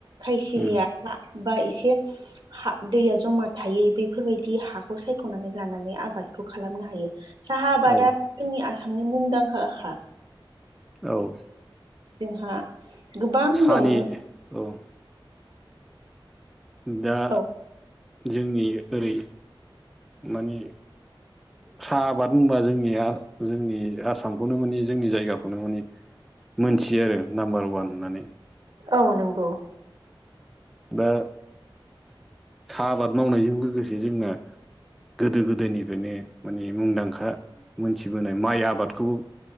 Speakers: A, on the right; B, in the centre.
A: खायसिलिया
B: उम
A: बा एसे हा दैया जमा थायो बेफोरबायदि हाखौ सायख'नानै लानानै आबाद खालामनो हायो साहा आबादा
B: औ
A: जोंनि आसामनि मुंदांखाखा
B: औ
A: जोंहा गोबां
B: साहानि
A: दं।
B: औ दा
A: औ
B: जोंनि ओरै माने साहा आबाद होनबा जोंनिया जोंनि आसामखौनो माने जोंनि जायगाखौनो माने मोनथियो आरो नाम्बार ववान होननानै
A: औ नंगौ
B: दा साहा आबाद मावनायजों लोगोसे जोंना गोदो गोदायनिफ्रायनो मानि मुंदांखा मोनथिबोनाय माइ आबादखौबो